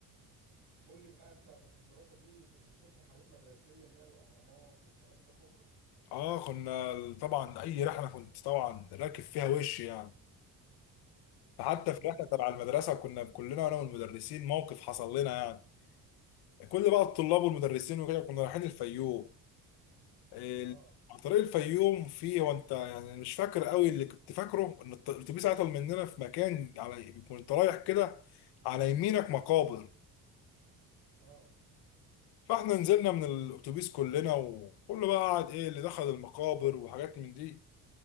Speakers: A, on the right; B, on the left.
A: قول لي بقى انت في الدراسة دي كنت بتروح رحلات مدرسية اللي هي الأهرامات والكلام ده كله
B: اه كنا طبعا اي رحله كنت طبعا راكب فيها وش يعني حتى
A: جميل
B: في رحله
A: جدا
B: تبع المدرسه كنا كلنا انا والمدرسين موقف حصل لنا يعني كل بقى الطلاب والمدرسين وكده كنا رايحين الفيوم ال-
A: اه
B: على طريق الفيوم فيه هو انت يعني مش فاكر قوي اللي كنت فاكره ان الط- الاتوبيس عطل مننا في مكان على كنت رايح كده على يمينك مقابر
A: اه
B: فاحنا نزلنا من الاتوبيس كلنا وكله بقى قعد ايه اللي دخل المقابر وحاجات من دي